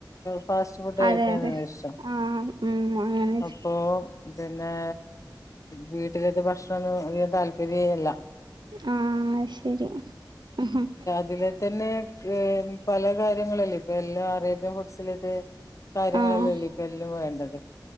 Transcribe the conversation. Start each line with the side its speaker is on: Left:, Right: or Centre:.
Left: ഫാസ്റ്റ് ഫുഡ്
Right: അതെ
Left: കഴിക്കാനാണ്
Right: അതെ
Left: ഇഷ്ടം.
Right: ആഹ് ഉം അങ്ങനെ
Left: അപ്പോ പിന്നേ വീട്ടിലത്തേ ഭക്ഷണൊന്നും അങ്ങനെ താല്പര്യേല്ല.
Right: ആഹ് അത് ശരി ഹും ഹും.
Left: ഇതിലെ തന്നെ ഏഹ് പല കാര്യങ്ങളല്ലേ ഇപ്പൊ എല്ലാം അറേബ്യൻ ഫുഡ്സ് ലത് കാര്യങ്ങളല്ലല്ലോ
Right: ആഹ്
Left: ഇപ്പോ എല്ലും വേണ്ടത്.